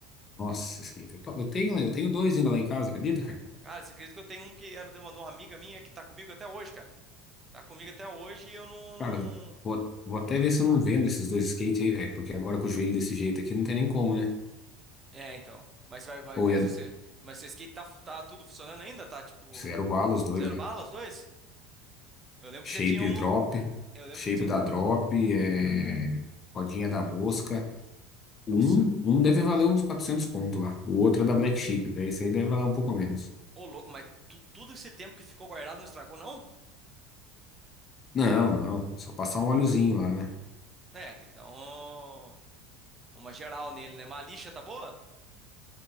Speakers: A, on the left (about 35°); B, on the right (about 25°).
A: Nossa, skate. Eu to- eu tenho, eu tenho dois ainda lá em casa, acredita, cara?
B: Cara, você acredita que eu tenho um que era de uma, de uma amiga minha que tá comigo até hoje, cara? Tá comigo até hoje e eu não.
A: Cara, vou, vou até ver se eu não vendo esses dois skates aí, velho. Porque agora com o joelho desse jeito aqui, não tem nem como, né?
B: É, então. Mas vai, vai,
A: Ou
B: mas
A: ia.
B: você, mas seu skate tá, fu- tá tudo funcionando ainda? Tá tipo,
A: Zero bala
B: tá tu-
A: os dois,
B: zero
A: velho.
B: bala os dois? Eu lembro
A: Shape
B: que você tinha um,
A: Drop,
B: eu lembro
A: Shape
B: que você tinha
A: da
B: um...
A: Drop, é, Rodinha da Mosca. Um,
B: Nossa,
A: um deve valer uns 400 conto lá. O outro é da Black Sheep, daí esse aí deve valer um pouco menos.
B: ô louco, mas tu- tudo esse tempo que ficou guardado não estragou não?
A: Não, não, só passar um óleozinho lá, né?
B: É, tem que dar um... uma geral nele, né? Mas a lixa tá boa?